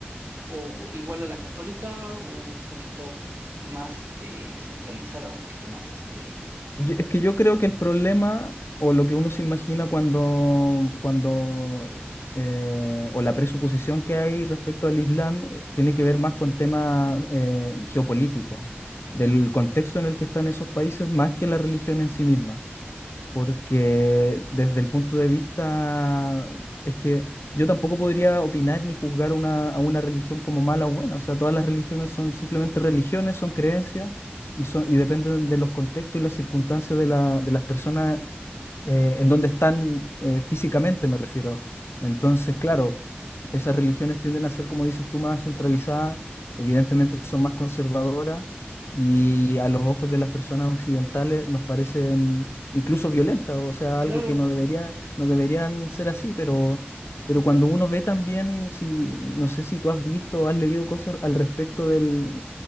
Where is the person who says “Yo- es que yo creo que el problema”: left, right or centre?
Left